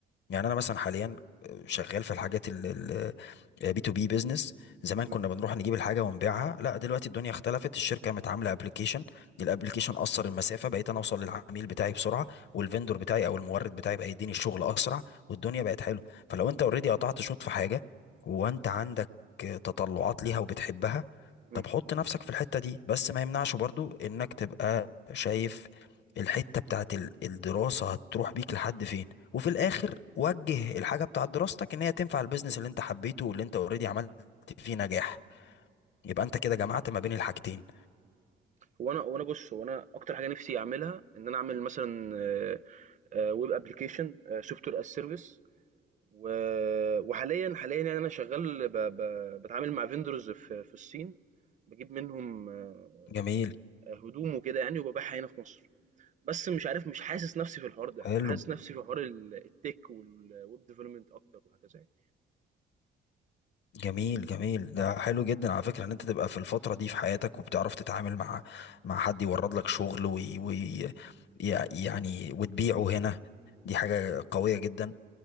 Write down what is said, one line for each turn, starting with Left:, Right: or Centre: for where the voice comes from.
Left: يعني انا مثلا حاليا آه، شغال في الحاجات ال بي تو بي بيزنس زمان
Right: إمم،
Left: كنا بنروح نجيب الحاجه ونبيعها لا دلوقتي الدنيا اختلفت الشركه قامت عامله ابلكيشن الابلكيشن قصر المسافه بقيت انا اوصل للعميل بتاعي بسرعه والفندور بتاعي او المورد بتاعي بقى يديني الشغل اسرع والدنيا بقت حلوه فلو انت اوريدي قطعت شوط في حاجه وانت عندك تطلعات ليها وبتحبها
Right: إمم.
Left: طب حط نفسك في الحته دي بس ما يمنعش برضو انك تبقى شايف الحته بتاعت ال- الدراسه هتروح بيك لحد فين وفي الاخر وجه الحاجه بتاعت دراستك ان هي تنفع البيزنس اللي انت حبيته واللي انت اوريدي عملت فيه نجاح يبقى انت كده جمعت ما بين الحاجتين
Right: هو أنا هو أنا بُص، هو أنا أكتر حاجة نِفْسي أعملها إن أنا أعمل مثلًا آآ، آآ web application آآ software as service و وحاليًا حاليًا يعني أنا شغّال ب ب باتعامل مع vendors في في الصين، باجيب منهم آه،
Left: جميل
Right: هدوم وكده يعني وبابيعها هنا في مصر، بس مش عارف مش حاسس نَفْسي في الحوار ده، يعني
Left: حلو
Right: أنا حاسس نَفْسي في حوار ال الtech والweb development أكتر وهكذا يعني.
Left: جميل جميل ده حلو جدا على فكره ان انت تبقى في الفتره دي في حياتك وبتعرف تتعامل مع مع حد يورد لك شغل وي... وي... يع- يعني وتبيعه هنا دي حاجه قويه جدا